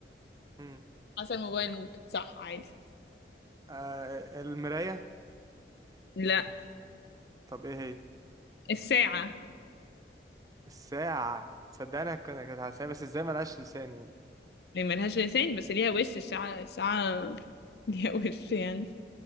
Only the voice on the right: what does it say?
مم.
آه المراية
طب إيه هي
الساعة تصدق أنا كنت كانت على لساني بس إزاي ملهاش لسان يعني